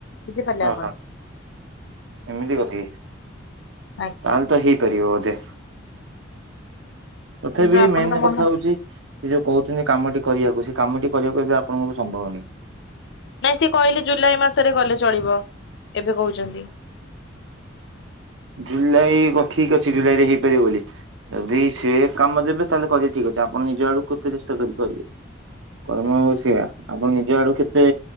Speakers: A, on the left (about 65°); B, on the right (about 80°).
A: ବୁଝିପାରିଲେ
B: ଓହୋ
A: ଆପଣ?
B: ଏମିତି କଥା କି
A: ଆଜ୍ଞା
B: ତାହେଲେ ତ ହେଇପାରିବ ବୋଧେ। ତଥାପି
A: କିନ୍ତୁ ଆପଣ
B: ମେନ୍
A: ତ ମନ
B: କଥା ହୋଉଛି। ସେ ଯୋଉ କହୁଛନ୍ତି କାମଟି କରିବାକୁ ସେ କାମଟି କରିବାକୁ ଏବେ ଆପଣଙ୍କଙ୍କୁ ସମ୍ଭବ ନାହିଁ।
A: ନାଇଁ ସିଏ କହିଲେ ଜୁଲାଇ ମାସରେ ଗଲେ ଚଳିବ ଏବେ କହୁଛନ୍ତି।
B: ଜୁଲାଇ ଠିକ୍ ଅଛି ଜୁଲାଇ ରେ ହେଇପାରିବ ବୋଲି। ଯଦି ସେ କାମ ଦେବେ ତାହେଲେ କରିବା ଠିକ୍ ଅଛି ଆପଣ ନିଜ ଆଡକୁ କେତେ ଚେଷ୍ଟା କରିବେ। କର୍ମ ହଉ ସେଆ ଆପଣ ନିଜ ଆଡୁ କେତ